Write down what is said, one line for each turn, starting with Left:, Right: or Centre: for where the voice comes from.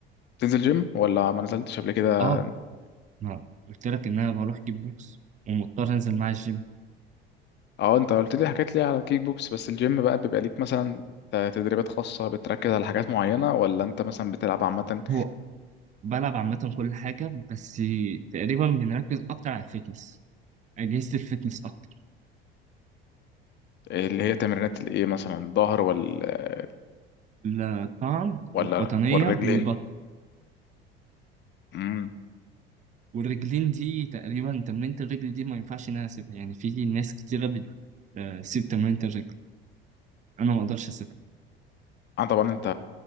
Left: تنزل جيم ولا ما نزلتش قبل كده
Right: اه ما قلت لك ان انا بروح كيك بوكس ومضطر انزل مع الجيم
Left: اه انت قلت لي حكيت لي على الكيك بوكس بس الجيم بقى بيبقى ليك مثلا تدريبات خاصة بتركز على حاجات معينة ولا انت مثلا بتلعب عامة
Right: هو بلعب عامة كل حاجة بس تقريبا بنركز أكتر على الفتنس أجهزة الفتنس أكتر
Left: اللي هي تمرينات الايه مثلا الظهر ولا
Right: الطعن
Left: ولا
Right: والقطنية
Left: والرجلين
Right: والبطن
Left: امم
Right: والرجلين دي تقريبا تمرينة الرجل دي ما ينفعش إن أنا أسيبها يعني في ناس كتيرة بتسيب تمرينة الرجل أنا ما أقدرش أسيبها
Left: اه طبعا انت